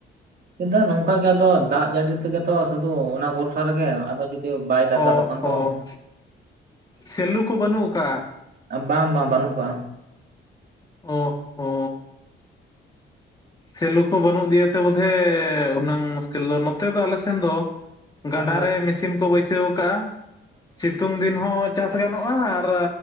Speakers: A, on the right; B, on the left.
A: ᱪᱮᱫᱟᱜ ᱱᱚᱝᱠᱟ ᱜᱮ ᱟᱫᱚ ᱫᱟᱜ ᱡᱟᱹᱲᱤ ᱛᱮᱜᱮᱛᱚ ᱥᱩᱫᱷᱩ ᱚᱱᱟ ᱵᱷᱚᱨᱥᱟ ᱨᱮᱜᱮ ᱟᱫᱚ ᱡᱩᱫᱤ ᱵᱟᱭ ᱫᱟᱜ-ᱟ
B: ᱚ
A: ᱛᱚᱠᱷᱚᱱ
B: ᱦᱚᱸ
A: ᱫᱚ
B: ᱥᱮᱞᱩ ᱠᱚ ᱵᱟᱹᱱᱩᱜ ᱟᱠᱟᱜᱼᱟ
A: ᱵᱟᱝ ᱵᱟᱝ ᱵᱟᱹᱱᱩᱜ ᱠᱚᱣᱟ
B: ᱚ ᱦᱚ ᱥᱮᱞᱳ ᱠᱚ ᱵᱟᱹᱱᱩᱜ ᱜᱮᱭᱟᱛᱮ ᱵᱳᱫᱷᱚᱭ ᱚᱱᱟᱹᱝ ᱢᱩᱥᱠᱤᱞ ᱫᱚ ᱱᱚᱛᱮ ᱫᱚ ᱟᱞᱮ ᱥᱮᱱ ᱫᱚ ᱜᱟᱰᱟ
A: ᱦᱳᱭ
B: ᱨᱮ ᱢᱮᱥᱤᱱ ᱠᱚ ᱵᱟᱹᱭᱥᱟᱹᱣ ᱟᱠᱟᱜᱼᱟ ᱥᱤᱛᱩᱝ ᱫᱤᱱ ᱦᱚᱸ ᱪᱟᱥ ᱜᱟᱱᱚᱜᱼᱟ ᱟᱨ